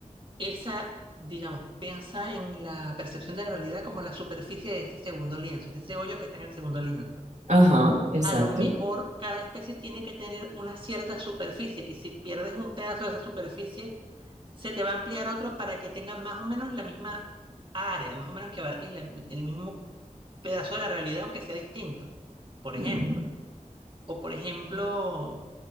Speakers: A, on the right; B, on the right.
A: esa, digamos, piensa en la percepción de la realidad como la superficie de ese segundo lienzo, de ese hoyo que está en el segundo lienzo?
B: Ajá, exacto.
A: a lo mejor cada especie tiene que tener una cierta superficie y si pierdes un pedazo de esa superficie, se te va a ampliar otro para que tenga más o menos la misma área, más o menos que abarque la- el mismo pedazo de la realidad, aunque sea distinto, por
B: Ujú,
A: ejemplo. O por ejemplo,